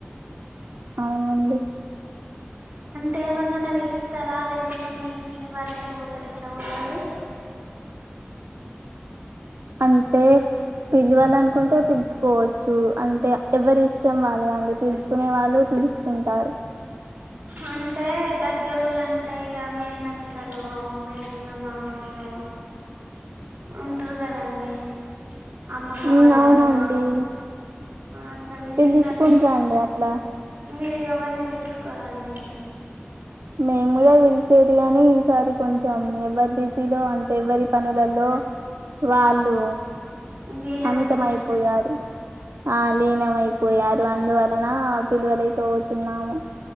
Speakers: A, on the right; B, on the right.
A: అవునండి
B: అంటే ఎవరినన్న పిలుస్తారా లేకుండా మీ ఇంటి వరకే పోతారు ఎట్లా పోతారు,
A: అంటే పిలవాలనుకుంటే పిలుచుకోవచ్చు అంటే ఎవరి ఇష్టం వాళ్ళదండి పిలుచుకునే వాళ్ళు పిలుచ ఉంటారు
B: అంటే దగ్గరోళ్ళు అంటే ఇగ మేనత్తలు మేనమామ లు ఉంటారు కదండి అమ్మమ్మ
A: మ్మ్,
B: వాళ్ళను
A: అవునండి
B: అట్లా పిలుస్తంట
A: పిలుసుకుంటారండి అట్లా
B: మీరు ఎవరిని పిలుసుకోరండి ఇగ
A: మేము కూడా పిలిచేది కాని ఈసారి కొంచెం ఎవ్వరి బిజీలో అంటే ఎవరి పనులలో వాళ్ళు
B: లీనమైలండి
A: అమితమైపోయారు ఆ లీనంమైపోయారు అందువలన పిలువలేకపోతున్నాము